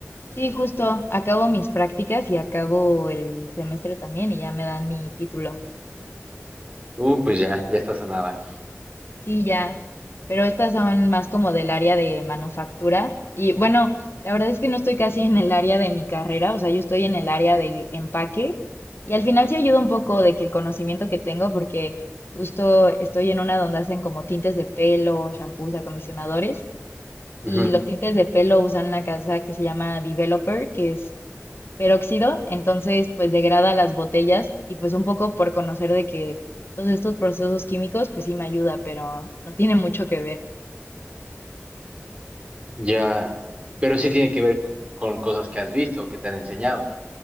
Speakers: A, on the left; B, on the right.
A: Sí, justo, acabo mis prácticas y acabo el semestre también y ya me dan mi título.
B: Uh, pues ya, ya estás a nada.
A: Sí, ya, pero estas son más como del área de manufactura. Y bueno, la verdad es que no estoy casi en el área de mi carrera, o sea, yo estoy en el área de empaque. Y al final sí ayuda un poco de que el conocimiento que tengo, porque justo estoy en una donde hacen como tintes de pelo, shampoos, acondicionadores.
B: Ujú,
A: Y los tintes de pelo usan una casa que se llama Developer, que es peróxido, entonces pues degrada las botellas y pues un poco por conocer de que todos estos procesos químicos pues sí me ayuda, pero no tiene mucho que ver.
B: Ya, pero sí tiene que ver co- con cosas que has visto o que te han enseñado.